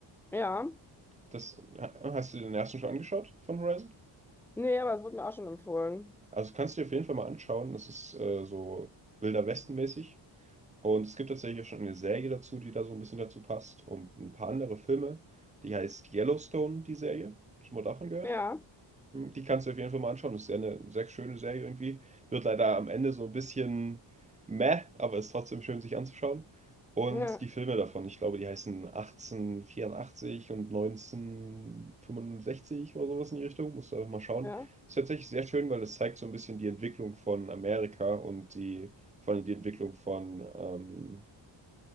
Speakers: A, in the centre; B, on the right.
A: Ja,
B: Das, hast du den ersten schon angeschaut von Horizon?
A: nee, aber es wurde mir auch schon empfohlen.
B: Also kannst du dir auf jeden Fall mal anschauen. Das ist äh, so Wilder Westen-mäßig. Und es gibt tatsächlich auch schon eine Serie dazu, die da so ein bisschen dazu passt und ein paar andere Filme. Die heißt Yellowstone, die Serie. Schon mal davon gehört?
A: Ja,
B: Die kannst du auf jeden Fall mal anschauen. Das ist ja eine sehr schöne Serie irgendwie. Wird leider am Ende so ein bisschen meh, aber ist trotzdem schön, sich anzuschauen. Und
A: <laughs> ja,
B: die Filme davon, ich glaube, die heißen 1884 und 1965 oder sowas in die Richtung. Musst du einfach mal schauen.
A: ja.
B: Ist tatsächlich sehr schön, weil das zeigt so ein bisschen die Entwicklung von Amerika und die, vor allem die Entwicklung von, ähm,